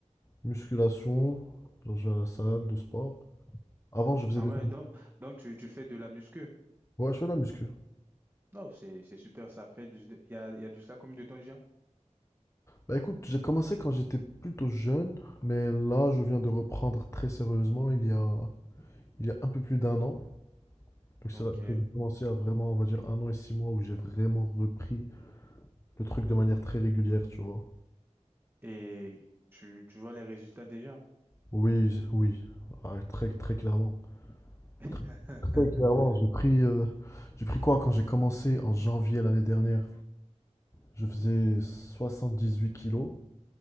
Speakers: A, on the left; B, on the right.
A: musculation, genre je vais à la salle de sport. Avant je faisais
B: Ah
A: des...
B: ouais, donc, donc tu, tu fais de la muscu.
A: Ouais, je fais de la muscu.
B: Oh, c'est, c'est super, ça fait du, il y a, il y a de cela comme de temps déjà.
A: Bah écoute, j'ai commencé quand j'étais plutôt jeune, mais là je viens de reprendre très sérieusement il y a, il y a un peu plus d'un an. Donc c'est
B: OK.
A: là que j'ai commencé à vraiment, on va dire, un an et six mois où j'ai vraiment repris le truc de manière très régulière, tu vois.
B: Et tu, tu vois les résultats déjà.
A: Oui, oui, Ah, très très clairement.
B: <laughs>
A: Très, très clairement, j'ai pris, euh, j'ai pris quoi quand j'ai commencé en janvier l'année dernière? Je faisais 78 kilos,